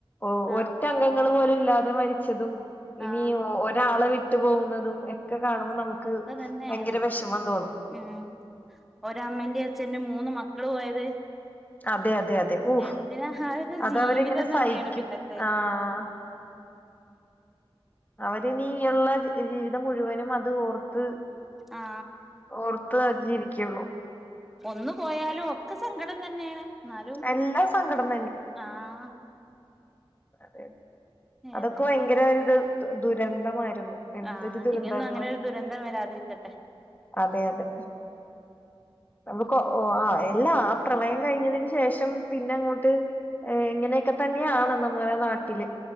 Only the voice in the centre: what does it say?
ആ
ആ
ഒക്കെ തന്നെയാണ്
ഉം ഒരമ്മന്റെയും അച്ഛന്റെ മൂന്ന് മക്കള് പോയത്
എന്തിന ആ ഒരു
ജീവിതം
തന്നെയാണ് പിന്നെത്തെ
ആ
ഒന്നു പോയാലും ഒക്കെ സങ്കടം തന്നെയാണ്, എന്നാലും
ആഹ്
ഏതായാലും
ആഹ്
ഇനിയൊന്നും അങ്ങനെ ഒരു ദുരന്തം വരാതിരിക്കട്ടെ.